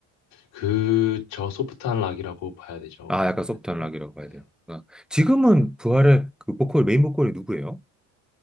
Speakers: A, on the left; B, in the centre.
A: 그 저 소프트한 락이라고 봐야 되죠
B: 아, 약간
A: 아무래도
B: 소프트한 락이라고 봐야
A: 네.
B: 돼요. 아, 지금은 부활의 그 보컬 메인 보컬이 누구예요?